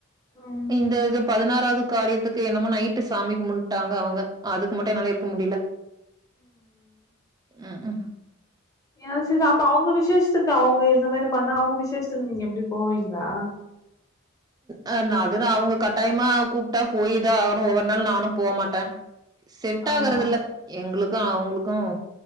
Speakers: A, on the left; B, on the right.
A: ம்
B: இந்த இது பதினாறாவது காரியத்துக்கு என்னமோ நைட்டு சாமி கும்ட்டாங்க அவுங்க அதுக்கு மட்டும் என்னால இருக்க முடியல ம் ம்
A: ஏ அப்ப அவுங்க விசேஷத்துக்கு அவுங்க இந்த மாரி பண்ணா அவுங்க விசேஷத்துக்கு நீங்க எப்பிடி போவீங்களா
B: ஆ நான் அதுதான் அவுங்க கட்டாயமா கூப்பிட்டா போயுதா ஆகணும் ஒவ்வொரு நாள் நானும் போகமாட்டேன் செட்
A: ஆ
B: ஆகறது இல்ல எங்களுக்கு அவுங்களுக்கும்